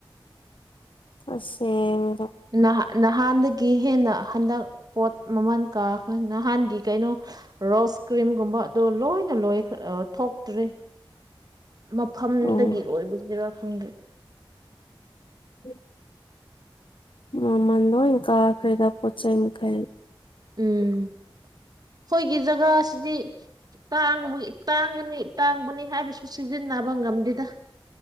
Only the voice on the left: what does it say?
ꯑꯁꯦꯡ
ꯎꯝ
ꯍ <inaudible> ꯃꯃꯟꯂꯣꯏ ꯀꯥꯈꯔꯦꯗ ꯄꯣꯠ ꯆꯩꯩ ꯃꯈꯩ